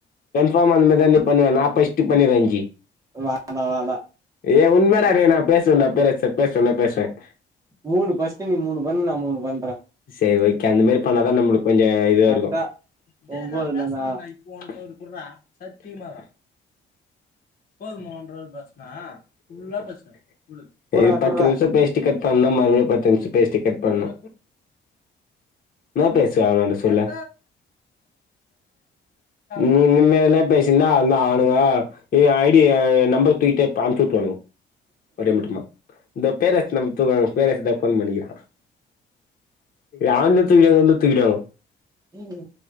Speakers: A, on the left; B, on the right.
A: கன்ஃபார்ம் அந்மாரி தான் நீ பண்ணுவ நான் ஃபஸ்ட் பண்ணிற இன்னிக்கி
B: வானா வான்டா
A: ஏய் உண்மேடா டேய் நான் பேசுவண்டா பேசுவண்டா பேசுவேன்
B: மூனு பஸ்ட்டு நீ மூனு பண்னு நான் மூணு பன்றேன்
A: சேரி ஓகே அந்த மாரி பண்ணாதா நம்மளுக்கு கொஞ்சோ இதுவா
B: கரெக்டா
A: இருக்கு டேய்
B: ஒன்பதுல
A: நா பேசுறேன்டா
B: நான்
A: இப்போ ஒன்னே ஒன்னு குர்றா சத்தியமாவா போதுமா ஒன்ற அவர் பேசுனா ஃபுல்லா பேசுவ
B: குடுறா
A: இது பத்து
B: குடுறா
A: நிமிஷ பேஸ்டி கட் பண்ணுனா மறுபடியு பத்து நிமிஷ பேசிட்டு கட் பண்னணு என்னா பேசுவ அவளன்ட செல்லே நீ இனிமேல்லே பேசியிந்தா அல்லா ஆவனுங்க ஏ ஐ டி நம்பர் தூக்கிட்டே அனுபுச்சுவுட்டுருவானுக ஒரே முட்டமா இந்த பேர வச்சுந்த முத்துத பேர ஃபோன் பண்ணிக்கிறா ஏன்னே தெரியாது வந்து தூக்கிடுவாங்கோ
B: ம்